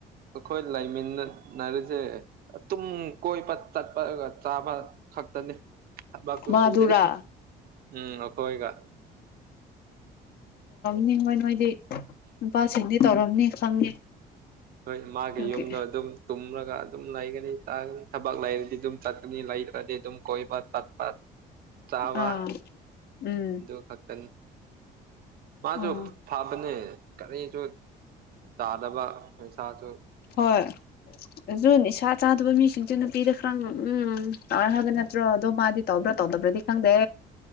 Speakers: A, on the right; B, on the left.
A: ꯑꯩꯈꯣꯏ ꯂꯩꯃꯤꯟꯅꯟꯅꯔꯤꯁꯦ ꯇꯨꯝ ꯀꯣꯏꯕ ꯆꯠꯄꯒ ꯆꯥꯕ ꯈꯛꯛꯇꯅꯦ ꯊꯕꯥꯥꯛꯁꯨ
B: ꯃꯥꯗꯨꯔꯥ
A: ꯁꯨꯗꯦꯁ ꯎꯝ ꯑꯣꯈꯣꯏꯒ
B: ꯅꯤꯡ ꯍꯣꯏ ꯅꯣꯏꯗꯤ ꯅꯨꯄꯥꯁꯤꯡꯗꯤ ꯇꯧꯔꯝꯅꯤ ꯈꯪꯉꯦ
A: ꯍꯣꯏ ꯃꯥꯒꯤ
B: ꯑꯗꯨꯒꯤ
A: ꯌꯨꯝꯗꯣ ꯑꯗꯨꯝ ꯇꯨꯝꯂꯒ ꯑꯗꯨꯝ ꯂꯩꯒꯅꯤ ꯇꯥꯒꯅꯤ ꯊꯕꯛ ꯂꯩꯔꯗꯤ ꯑꯗꯨꯝ ꯆꯠꯀꯅꯤ ꯂꯩꯈ꯭ꯔꯗꯤ ꯑꯗꯨꯝ ꯀꯣꯏꯕ ꯆꯠꯄ ꯆꯥꯕ
B: ꯑꯥ ꯎꯝ
A: ꯑꯗꯨꯗꯨ ꯈꯛꯇꯅꯤ ꯃꯥꯁꯨ
B: ꯑꯣ
A: ꯐꯕꯅꯦ ꯀꯔꯤꯁꯨ ꯆꯥꯗꯕ ꯄꯩꯁꯥꯁꯨ
B: ꯍꯣꯏ ꯑꯗꯨ ꯅꯤꯁꯥ ꯆꯥꯗꯕ ꯃꯤꯁꯤꯡꯗꯨꯅ ꯄꯤꯔ ꯈ꯭ꯔꯥ ꯎꯝ ꯇꯔ ꯍꯥꯏꯕ ꯅꯠꯇ꯭ꯔꯣ ꯑꯗꯣ ꯃꯥꯗꯤ ꯇꯧꯕ꯭ꯔꯥ ꯇꯧꯗꯕ꯭ꯔꯗꯤ ꯈꯪꯗꯦ